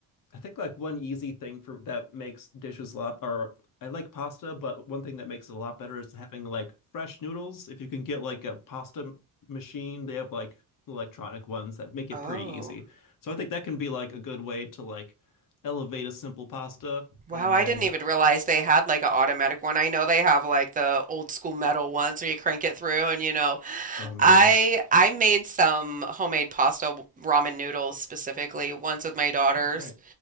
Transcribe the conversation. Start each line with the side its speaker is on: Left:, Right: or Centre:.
Left: I think like one easy thing for that makes dishes a lot, or I like pasta, but one thing that makes it a lot better is having like fresh noodles. If you can get like a pasta machine, they have like electronic ones that make it
Right: oh.
Left: pretty easy. So I think that can be like a good way to like elevate a simple pasta
Right: Wow,
Left: and
Right: I
Left: then,
Right: didn't even realize they had like an automatic one. I know they have like the old school metal ones where you crank it through and you know,
Left: oh man.
Right: I I made some homemade pasta ramen noodles specifically once with my daughters
Left: Oh, great.